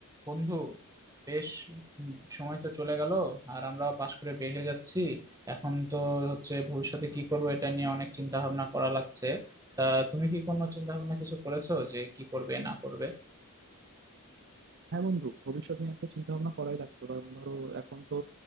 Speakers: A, on the right (about 15°); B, on the right (about 50°).
A: বন্ধু বেশ উম, সময় তো চলে গেল আর আমরাও পাশ করে বের হয়ে যাচ্ছি এখন তো হচ্ছে ভবিষ্যতে কি করব এটা নিয়ে অনেক চিন্তা ভাবনা করা লাগছে তা তুমি কি কোনো চিন্তা ভাবনা কিছু করেছো যে কি করবে না করবে
B: হ্যাঁ বন্ধু ভবিষ্যৎ নিয়ে তো চিন্তা ভাবনা করাই লাগতো কারণ ধরো এখন তো